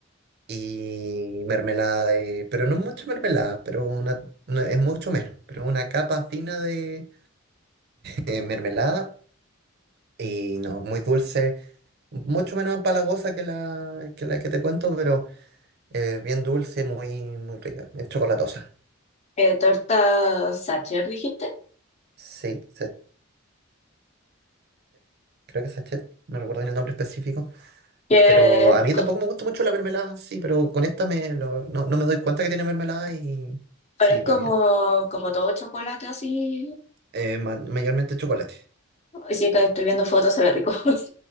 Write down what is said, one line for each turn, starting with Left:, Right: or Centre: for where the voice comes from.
Right: y mermelada de, pero no mucha mermelada, pero una, no, es mucho menos, pero una capa fina de, de mermelada y no, muy dulce, mucho menos empalagosa que la que, la que te cuento, pero eh, bien dulce, muy, muy rica, bien chocolatosa.
Left: Eh, torta Sacher, dijiste.
Right: Sí, sachet, creo que sachet, no recuerdo bien el nombre específico,
Left: Que
Right: pero
Left: es
Right: a mí
Left: co-
Right: tampoco me gusta mucho la mermelada, sí, pero con esta me lo- no, no me doy cuenta que tiene mermelada y sí,
Left: pero es
Right: va
Left: como,
Right: bien.
Left: como todo chocolate así.
Right: Eh, ma- mayormente chocolate.
Left: Ay, sí, que estoy viendo fotos, se ve rico. <laughs>